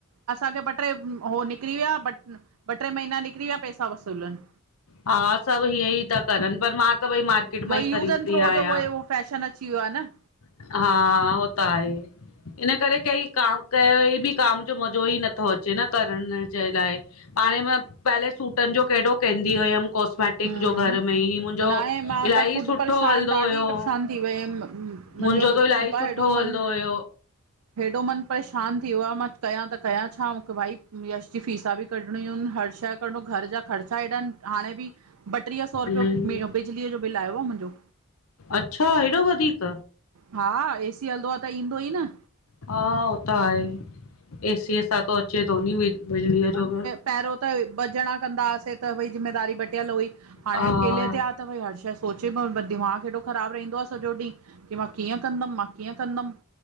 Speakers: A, on the right (about 70°); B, on the left (about 70°).
A: असांखे ॿ ट्रे हो निकिरी विया ॿ ॿ ट्रे महीना निकिरी विया पैसा वसूल इन।
B: हा सभु हीअं ई था करनि पर मां त भई मार्केट
A: उहो
B: मां ई
A: यूज़
B: ख़रीददी
A: एंड थ्रो
B: आहियां।
A: जो उहो फैशन अची वियो आ न।
B: हा हो त आहे, इन करे कई काम कयो बि काम जो मज़ो ई न तो अचे न करण जे लाइ पाणे मां पहले सूटनि जो कडो केंदी हुयम। कॉस्मेटिक
A: हम्म
B: जो घर में ई मुंहिंजो
A: न आहे मां
B: इलाही
A: त ख़ुदि
B: सुठो
A: परेशान
B: हलदो
A: ॾाढी
B: हुयो।
A: परेशान थी वयमि मुंहिंजो
B: मुजो त इलाही
A: शिल्पा
B: सुठो
A: हेॾो
B: हलदो
A: मन
B: हुओ।
A: हेॾो मनु परेशानु थी वियो आ मां कयां त कयां छा मूंखे भाई यश जी फ़ीसा बि कढणियूं इन हर शइ कढणो, घर जा ख़र्चा हेॾा आहिन हाणे बि ॿट्रीह सौ
B: हम्म
A: रुपियो मि बिजलीअ जो बिल आयो आहे मुंजो।
B: अच्छा हेॾो वधीक?
A: हा ए सी हलदो आ त ईंदो ई न।
B: हा हो त ह आहे, ए सी सां त अचे तो नी बिजली जो
A: पेरियों त ॿ ॼणा कंदा हुआसे त भई ज़िमेदारी बटियल हुई हाणे
B: हा।
A: अकेले ते आ त भई हर शे सोचे पियो बट दिमाग़ु हेॾो ख़राबु रहंदो आ सॼो ॾींह की मां कीअं कंदम मां कीअं कंदम।